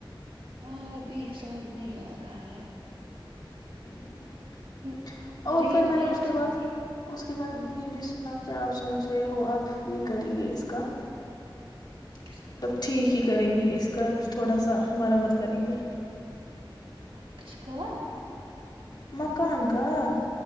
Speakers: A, on the right (about 85°); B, on the left (about 50°).
A: ہاں ابھی حساب نہیں آ رہا ہے <unintelligible>
B: اب نہیں آ رہا ہے
A: ہمم
B: <inaudible> اور
A: ریٹ
B: پھر میں
A: نہیں
B: نے
A: اچھے
B: اس کے
A: مل
B: بعد
A: رہے
B: اس کے بعد میں
A: ہمم
B: نے یہ بھی سنا <unintelligible> کیا آپ سوچ رہے ہو اب یہ کریں گے اس کا <unintelligible>
A: کس کا
B: مطلب ٹھیک <inaudible> ی کریں گے اس کا تھوڑا سا مرمت کریں گے
A: ہ کس کا <inaudible>
B: مکان کا <unintelligible>